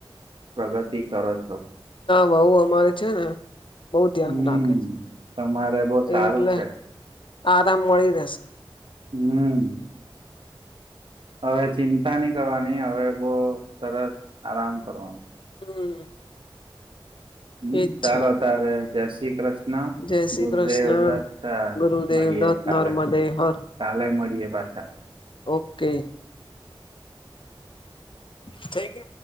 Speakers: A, on the right; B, on the left.
A: પ્રગતિ કરો છો
B: બહુ અમારે છે ને બહુ ધ્યાન
A: હમ
B: રાખે
A: તમારે બહુ
B: છે
A: સારું
B: એટલે
A: છે
B: આરામ મળી રેસે
A: હમ હવે ચિંતા નહી કરવાની હવે બઉં સરસ આરામ કરો
B: હમ
A: હમ
B: એજ
A: ચાલો
B: છે
A: તારે જય શ્રી કૃષ્ણ
B: જય શ્રી
A: ગુરુદેવ
B: કૃષ્ણ
A: દત્તતા
B: ગુરુદેવ
A: મળીએ
B: દત્ત
A: કાલે
B: નર્મદે હર
A: કાલે મળીએે પાછા
B: ઓકે શ્રી